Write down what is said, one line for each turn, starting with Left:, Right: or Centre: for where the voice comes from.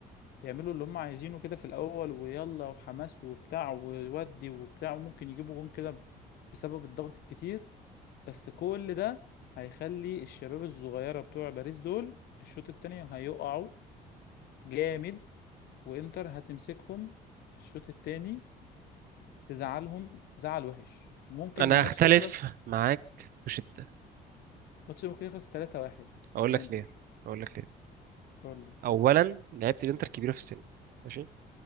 Left: يعملوا اللي هما عايزينه كده في الاول ويلا وحماس وبتاع وودي وبتاع وممكن يجيبوا جون كده ب- بسبب الضغط الكتير بس كل ده هيخلي الشباب الصغيرة بتوع باريس دول الشوط التاني هيقعوا جامد وانتر هتمسكهم في الشوط التاني تزعلهم زعل وحش ممكن
Right: انا
Left: الماتش
Right: هختلف
Left: ده يخلص
Right: معاك بشده
Left: الماتش ده ممكن يخلص 3-1
Right: اقول
Left: لانتر
Right: لك ليه اقول لك ليه
Left: قول لي
Right: اولا لعيبه الانتر كبيره في السن ماشي